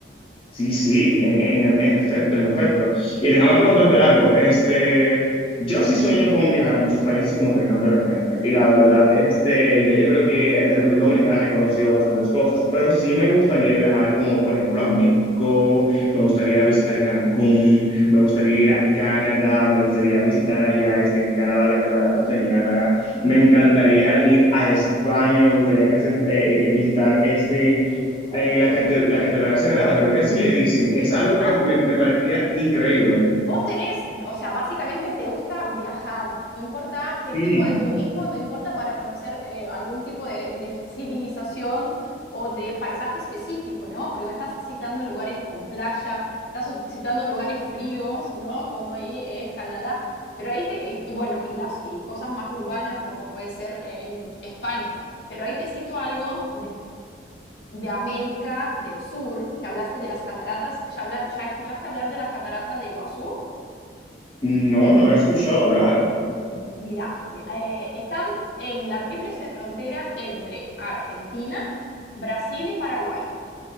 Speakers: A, on the left; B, on the left.
A: Sí, sí, en, en, en efecto, en efecto. Y déjame preguntarte algo. Este, yo sí sueño con viajar a muchos países, como te dije anteriormente.
B: Sí.
A: Y la verdad, este, ya yo creo que de República Dominicana he conocido bastantes cosas, pero sí me gustaría viajar, como por ejemplo a México, me gustaría visitar Cancún, me gustaría ir a Canadá, me gustaría visitar allá, este, en Canadá, las cataratas de Niágara. Me encantaría ir a España, me gustaría casi, eh, eh, visitar este eh, la, cate- la Catedral Sagrada, creo que así le dicen. Es algo que
B: Ah,
A: me, me parecía increíble.
B: Vos tenés, o sea, básicamente te gusta viajar, no importa qué
A: Sí.
B: tipo de turismo, no importa para conocer eh, algún tipo de, de civilización o de paisaje específico, ¿no? Porque me estás citando lugares con playa, estás u- citando lugares fríos, ¿no? Como ahí es Canadá, pero ahí te, y, y bueno, y las y cosas más urbanas como puede ser eh, España, pero ahí te cito algo de América del Sur, que hablaste de las cataratas, ¿ya, habla- ya escuchaste hablar de las cataratas de Iguazú?
A: No, no he escuchado hablar.
B: M- Mira, eh, están en la tríplice frontera entre Argentina, Brasil y Paraguay.